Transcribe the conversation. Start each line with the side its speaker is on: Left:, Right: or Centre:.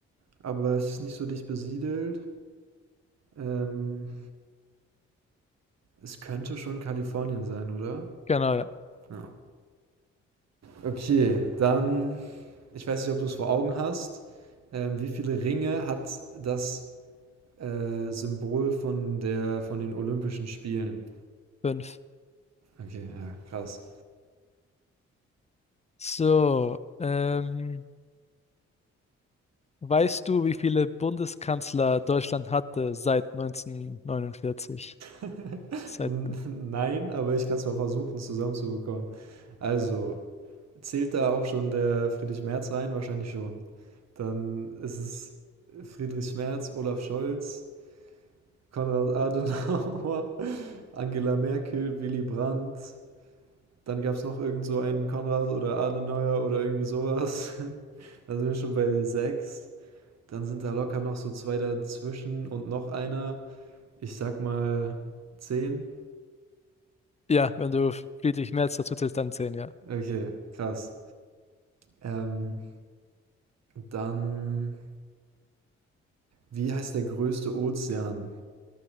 Right: aber es ist nicht so dicht besiedelt. Ähm, es könnte schon Kalifornien sein, oder?
Left: Genau, ja.
Right: Ja. Okay, dann, ich weiß nicht, ob du es vor Augen hast. Ähm, wie viele Ringe hat das äh, Symbol von der, von den Olympischen Spielen?
Left: Fünf.
Right: Okay, ja, krass.
Left: So, ähm, weißt du, wie viele Bundeskanzler Deutschland hatte seit 1949?
Right: <laughs>
Left: Seit,
Right: N- Nein, aber ich kann es mal versuchen, zusammenzubekommen. Also, zählt da auch schon der Friedrich Merz rein? Wahrscheinlich schon. Dann ist es Friedrich Merz, Olaf Scholz, Konrad Adenauer, <laughs> Angela Merkel, Willy Brandt. Dann gab es noch irgend so einen Konrad oder Adenauer oder irgendwie sowas. <laughs> Da sind wir schon bei sechs. Dann sind da locker noch so zwei dazwischen und noch einer. Ich sag mal zehn.
Left: ja, wenn du Friedrich Merz dazu zählst, dann zehn, ja.
Right: Okay, krass. Ähm, dann, wie heißt der größte Ozean